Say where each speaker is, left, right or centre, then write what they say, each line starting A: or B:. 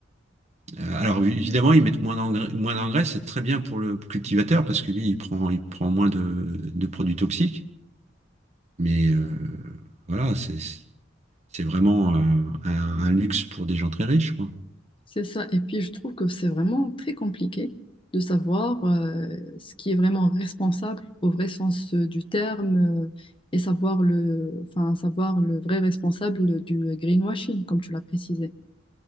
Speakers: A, on the right; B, on the left.
A: Euh, alors oui, évidemment, ils mettent moins d'engrais, moins d'engrais, c'est très bien pour le cultivateur parce que lui, il prend, il prend moins de, de produits toxiques. Mais euh, voilà, c'est c'est vraiment euh, un, un luxe pour des gens très riches, quoi.
B: C'est ça. Et puis, je trouve que c'est vraiment très compliqué de savoir euh, ce qui est vraiment responsable au vrai sens euh, du terme euh, et savoir le, enfin, savoir le vrai responsable du euh, greenwashing, comme tu l'as précisé.